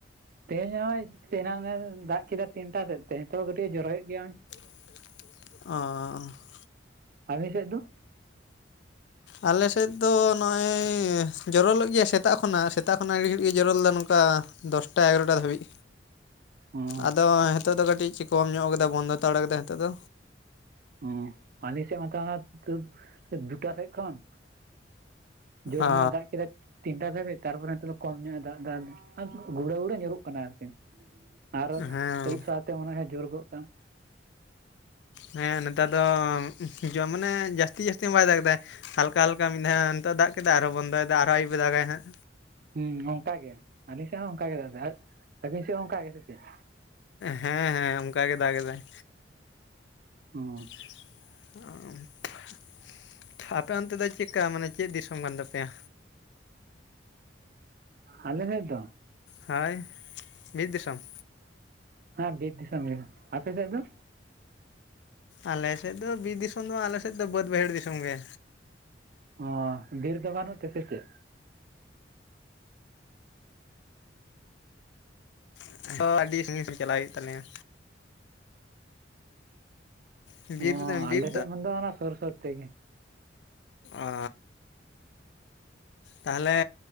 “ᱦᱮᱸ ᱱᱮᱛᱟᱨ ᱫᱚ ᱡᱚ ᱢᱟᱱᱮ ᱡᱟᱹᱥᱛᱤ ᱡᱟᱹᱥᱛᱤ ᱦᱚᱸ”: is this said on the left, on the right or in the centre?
Left